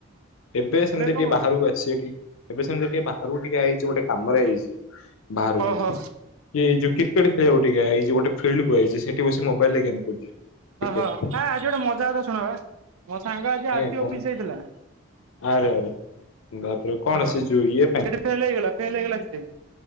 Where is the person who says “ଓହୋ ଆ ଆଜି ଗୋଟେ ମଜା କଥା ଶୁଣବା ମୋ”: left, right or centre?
Right